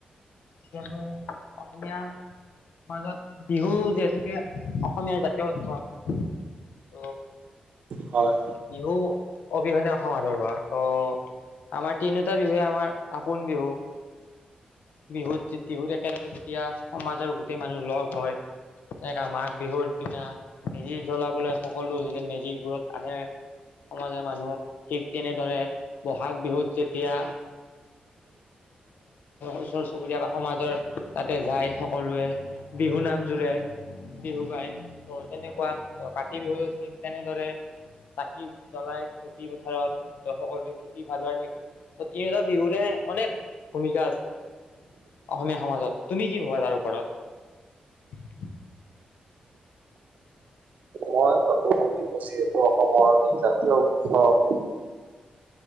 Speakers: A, on the left; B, on the right.
A: কিয়নো অসমীয়াৰ সমাজত বিহু যিহেতুকে অসমীয়াাৰ জাতীয় উৎসৱ। ত
B: হয়।
A: বিহু অবিহনে অসম আধৰুৱা। ত' আমাৰ তিনিওটা বিহুে আমাৰ আপোন বিহু। বিহুত বিহুত একেলগে যেতিয়া সমাজৰ গোটেই মানুহ লগ হয়, তেনেককা মাঘ বিহুৰ দিনা মেজি জ্বলাবলৈ সকলো যেতিয়া মেজিৰ গৰত আহে সমাজৰ মানুহ ঠিক তেনেদৰে বহাগ বিহুত যেতিয়া ওচৰ চুবুৰীয়া বা সমাজৰ তাতে যায় সকলোৱে বিহু নাম জোৰে বিহু গায় ত তেনেকুৱা ত কাতি বিহুটো ঠিক তেনেদৰে চাকি জলাই খেতি পথাৰত ত সকলোৱে খেতি ভাল হয় তিনি বিহুৰে অনেক ভূমিকা আছে। অসমীয়া সমাজত তুমি কি ভবা তাৰ ওপৰত?
B: মই ভাবোঁ বিহু যিহেতু অসমৰ এক জাতীয় উৎসৱ।